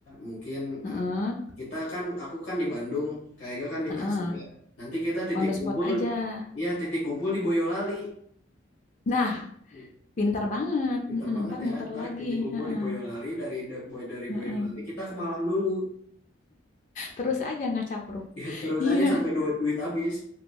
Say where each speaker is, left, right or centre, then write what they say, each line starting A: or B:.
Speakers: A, on the left; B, on the left.
A: Mungkin
B: Heeh.
A: eh, kita kan, aku kan di Bandung, Kak Ega kan di
B: Heeh.
A: Tasik ya. Nanti kita titik
B: On the spot
A: kumpul,
B: aja.
A: ya titik kumpul di Boyolali.
B: Nah,
A: Hmm,
B: Pinter banget.
A: Pinter
B: Mm-mm,
A: banget
B: ntar
A: ya,
B: muter
A: ntar
B: lagi.
A: titik kumpul
B: Heeh,
A: di Boyolali dari da- boy dari
B: heeh.
A: Boyolali kita ke Malang dulu. <laughs>
B: Terus aja nggak capruk. <laughs>
A: Ya, terus
B: Iya,
A: aja sampai duit duit habis.